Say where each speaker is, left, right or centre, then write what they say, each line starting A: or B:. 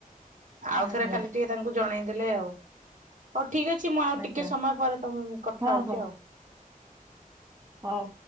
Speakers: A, on the right; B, on the right.
A: ଆଉ
B: ଆଜ୍ଞା।
A: ଥରେ ଖାଲି ଟିକେ ତାଙ୍କୁ ଜଣେଇ ଦେଲେ ଆଉ ହୋଇ ଠିକ୍ ଠିକ ଅଛି ମୁଁ ଆଉ
B: ଆଜ୍ଞା
A: ଟିକେ ସମୟ ପରେ ତମ କଥା
B: ହଁ
A: ହଉଛି
B: ହଉ
A: ଆଉ।
B: ହଉ